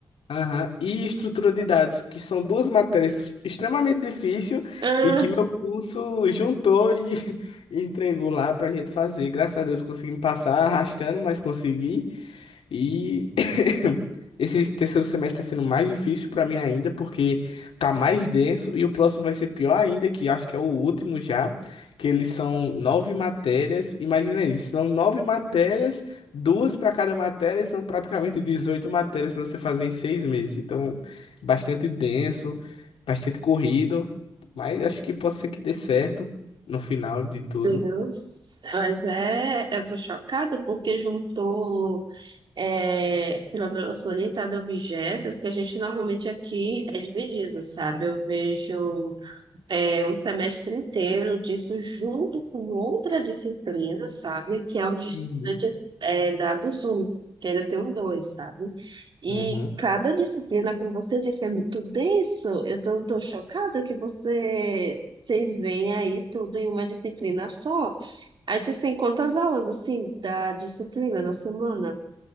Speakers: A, on the left; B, on the right.
A: aham, e Estrutura de Dados, que são duas matérias extremamente difíceis
B: Ah,
A: e que meu curso juntou e <laughs> entregou lá pra gente fazer. Graças a Deus consegui me passar arrastando, mas consegui. E <laughs> esse terceiro semestre está sendo mais difícil para mim ainda, porque tá mais denso, e o próximo vai ser pior ainda, que acho que é o último já, que eles são nove matérias. Imagina isso, são nove matérias, duas para cada matéria, e são praticamente <laughs> 18 matérias para você fazer em seis meses. Então, bastante denso, bastante corrido, mas acho que pode ser que dê certo no final de tudo.
B: Deus. Mas é, eu tô chocada porque juntou é, programação orientada a objetos que a gente normalmente aqui é dividido, sabe? Eu vejo. é, um semestre inteiro disso junto com outra disciplina, sabe? Que é o de estudante
A: Uhum.
B: é, da do Zoom, que ainda tem um dois, sabe? E
A: Uhum.
B: cada disciplina, como você disse, é muito denso. Eu tô, tô chocada que você, vocês veem aí tudo em uma disciplina só. Aí vocês têm quantas aulas, assim, da disciplina na semana?